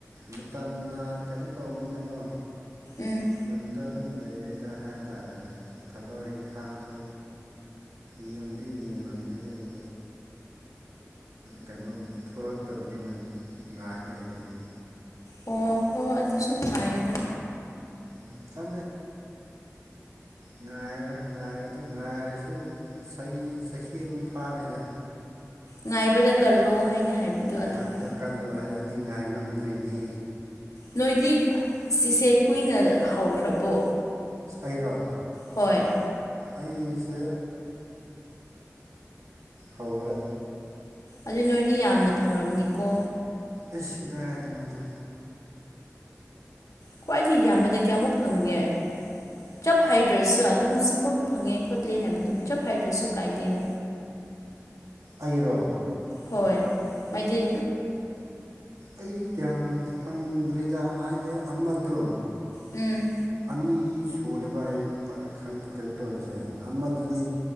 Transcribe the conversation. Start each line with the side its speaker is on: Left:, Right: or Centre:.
Right: ꯃꯇꯝꯅ ꯀꯩꯅꯣ ꯇꯧꯕꯅꯤꯅꯀꯣ
Left: ꯎꯝ
Right: ꯈꯨꯟꯗ ꯑꯗꯨꯝ ꯂꯩꯗ ꯍꯥꯏꯇꯥꯥꯔꯦꯅꯦ ꯊꯕꯛ ꯏꯪꯈꯥꯡꯁꯨ ꯌꯦꯦꯝꯗꯨ ꯌꯦꯡꯂꯡꯝꯃꯦ ꯑꯗꯨꯕꯨ ꯀꯩꯅꯣꯝ ꯊꯣꯛꯂꯛꯇꯕꯅꯤꯅ ꯉꯥꯏ ꯂꯩꯗꯩꯗꯤ
Left: ꯑꯣ ꯍꯣꯏ ꯑꯗꯨꯁꯨ ꯅꯨꯡꯉꯥꯏꯗ
Right: ꯟꯗ ꯉꯥꯏ ꯉꯥꯏꯒꯗ ꯉꯥꯏꯔꯁꯨ ꯆꯍꯤ ꯆꯍꯤ ꯑꯃ ꯐꯥꯔꯦꯗ
Left: ꯉꯥꯏꯕꯗ ꯀꯜꯂꯣ ꯍꯥꯏꯅ ꯍꯥꯏꯕꯗꯣ
Right: ꯉꯥꯏꯕꯗ
Left: ꯑꯗꯨꯅꯤ
Right: ꯀꯜꯂꯨ ꯍꯥꯏꯔꯗꯤ ꯉꯥꯏ ꯉꯝꯗ꯭ꯔꯔꯤꯅꯦ
Left: ꯅꯣꯏꯗꯤ ꯆꯤꯁꯦ ꯀꯨꯏꯅ ꯍꯧꯈ꯭ꯔꯕꯣ
Right: ꯑꯔꯣ
Left: ꯍꯣꯏ
Right: ꯑꯩꯁꯦ ꯍꯧꯔꯦ
Left: ꯑꯗꯨꯏ ꯅꯣꯏꯗꯤ ꯌꯥꯝꯅ ꯐꯪꯉꯝꯅꯤꯀꯣ
Right: ꯑꯁꯀꯤ ꯗ ꯃꯗ
Left: ꯈ꯭ꯋꯥꯏꯗꯒꯤ ꯌꯥꯝꯕꯗꯒꯤꯌꯥ ꯑꯃꯨꯛ ꯐꯪꯒꯦ ꯆꯞ ꯍꯥꯏꯗ꯭ꯔꯁꯨ ꯑꯗꯨꯝꯁꯨꯃꯛ ꯐꯪꯉꯦ ꯈꯣꯠꯂꯦ ꯍꯥꯏꯕꯗꯨ ꯆꯞ ꯍꯥꯏꯗ꯭ꯔꯁꯨ ꯀꯥꯏꯗꯦꯌꯨ
Right: ꯑꯔꯣ
Left: ꯍꯣꯏ ꯃꯗꯤ
Right: ꯑꯩꯗꯤ ꯀꯌꯥꯝ ꯐꯪꯗ꯭ꯔꯤꯗ ꯍꯥꯏꯕꯦ ꯑꯃꯗꯣ
Left: ꯎꯝ
Right: ꯑꯅꯤ ꯁꯦꯕ ꯑꯩ ꯀꯩꯅꯣ ꯇꯧꯔꯤꯁꯦ ꯃꯗꯨꯗꯤ